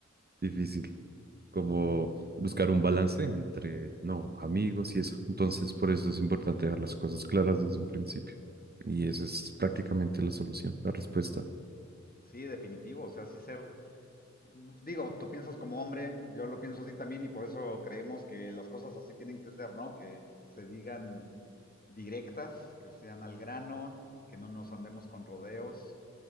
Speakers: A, on the right (about 35°); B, on the left (about 30°).
A: difícil como buscar un balance entre, no, amigos y eso. Entonces por eso es importante dejar las cosas claras desde un principio. Y esa es prácticamente la solución, la respuesta.
B: Sí, definitivo. O sea, sí ser. Digo, tú piensas como hombre, yo lo pienso así también, y por eso creemos que las cosas así tienen que ser, ¿no? Que se digan directas, que sean al grano, que no nos andemos con rodeos.